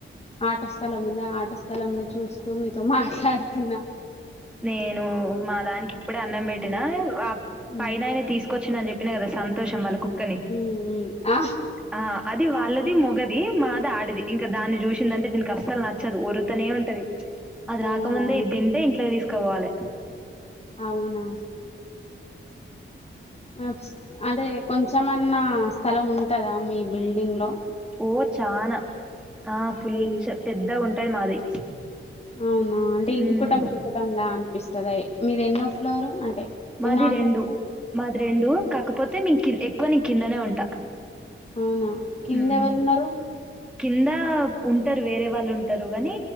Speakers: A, on the left (about 30°); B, in the centre.
A: ఆట స్థలం ఉంది ఆ ఆట స్థలం ని చూస్తూ మీతో మాట్లాడుతున్నా
B: నేనూ మా దానికి ఇప్పుడే అన్నం బెట్టినా
A: ఉ
B: పైనాయన తీసుకొచ్చిన అని జెప్ జెప్పిన కదా సంతోషం వాళ్ళకు తని
A: ఉ ఉ ఆ
B: అ అది వాళ్ళది మొగ ఏమ్మా అది ఆడది ఇంకా దాన్ని చూసిందంటే దీనికి అస్సలు నచ్చ చదువూరుతనే ఉంటది అది రాక
A: అవునా
B: ముందే ఇది తింటే ఇంట్లోకి తీసుకు కొవాలె
A: అవునా ఆ అంటె కొంచమన్నా స్థలం ఉంటదా మీ బిల్డింగ్ లో
B: ఓ చానా ఆ ఫుల్
A: హ్మ్.
B: చ పెద్ద ఉంట పైది మాది
A: అవునా అంటె
B: హ్మ్.
A: ఇరుకుటం ఇరుకుటంలా అనిపిస్తదే మీది ఎన్నో ఫ్లోరు అంటే
B: మాది
A: ఎన్నో అంతస్తు?
B: రెండు మాది రెండు కాకపోతే మేం కిందే ఎక్ ఎక్కువ నే కిందనే ఉంటా
A: అవునా! కిందెవరున్నారు?
B: ఊ కిందా ఉంటారు వేరే వాళ్ళు ఉంటారు గాని